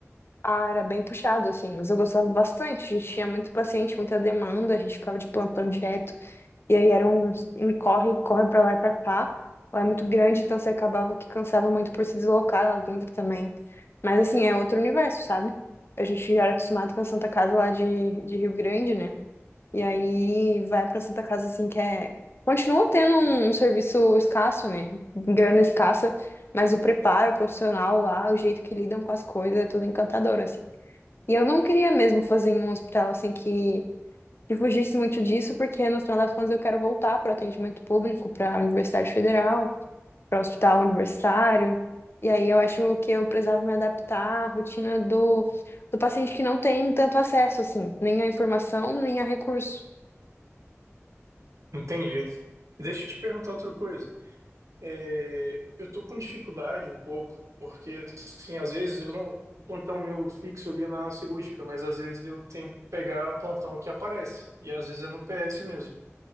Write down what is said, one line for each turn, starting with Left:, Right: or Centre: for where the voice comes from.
Left: Ah, era bem puxado, assim, mas eu gostava bastante. A gente tinha muito paciente, muita demanda, a gente ficava de plantão direto. E aí era um, um corre, corre pra lá e pra cá. Lá é muito grande, então você acabava que cansava muito por se deslocar lá dentro também. Mas assim, é outro universo, sabe? A gente já era acostumado com a Santa Casa lá de, de Rio Grande, né? E aí vai pra Santa Casa assim que é. Continua tendo um, um serviço escasso, né? Grana escassa, mas o preparo profissional lá, o jeito que lidam com as coisas, é tudo encantador, assim. E eu não queria mesmo fazer em um hospital assim que que fugisse muito disso, porque no final das contas eu quero voltar para o atendimento público, para a Universidade Federal, para o hospital universitário. E aí eu acho que eu precisava me adaptar à rotina do, do paciente que não tem tanto acesso, assim, nem à informação, nem a recurso.
Right: Entendi. Deixa eu te perguntar outra coisa. É, eu tô com dificuldade um pouco, porque assim, às vezes eu não, o plantão meu fixo ali é na cirúrgica, mas às vezes eu tenho que pegar o plantão que aparece, e às vezes é no PS mesmo.